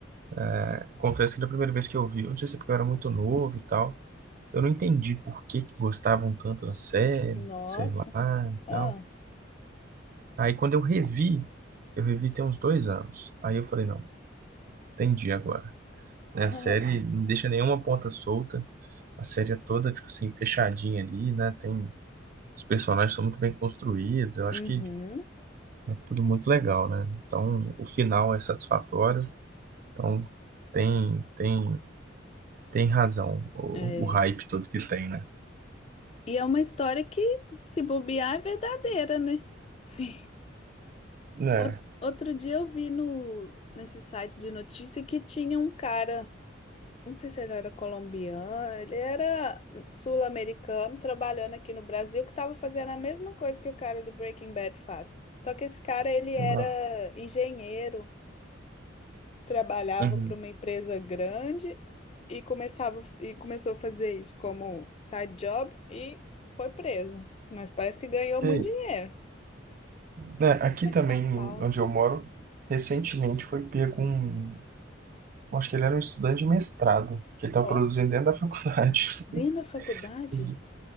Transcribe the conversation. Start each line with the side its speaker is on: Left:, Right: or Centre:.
Right: É, confesso que da primeira vez que eu vi, eu não sei se é porque eu era muito novo e tal. Eu não entendi por que que gostavam tanto da série,
Left: Nossa.
Right: sei lá e
Left: Ah.
Right: tal. Aí quando eu revi, eu revi tem uns dois anos. Aí eu falei, não, entendi agora. Né, A
Left: <laughs>
Right: série não deixa nenhuma ponta solta. A série é toda, tipo assim, fechadinha ali, né? Tem, os personagens são muito bem construídos. Eu acho
Left: Uhum.
Right: que é tudo muito legal, né? Então, o final é satisfatório. Então tem, tem, tem razão o,
Left: É.
Right: o hype todo que tem, né?
Left: E é uma história que, se bobear, é verdadeira, né? Sim.
Right: né?
Left: Ou- Outro dia eu vi no, nesse site de notícia que tinha um cara. Não sei se ele era colombiano, ele era sul-americano trabalhando aqui no Brasil, que estava fazendo a mesma coisa que o cara do Breaking Bad faz. Só que esse cara, ele era
Right: Uma-
Left: engenheiro, trabalhava
Right: Uhum.
Left: para uma empresa grande e começava e começou a fazer isso como side job e foi preso. Mas parece que ganhou muito
Right: E,
Left: dinheiro.
Right: né, aqui
Left: Foi
Right: também,
Left: em São Paulo.
Right: onde eu moro, recentemente foi pego um. Acho que ele era um estudante de mestrado, que ele estava
Left: Ó,
Right: produzindo dentro da <laughs> faculdade.
Left: dentro da faculdade?
Right: Us-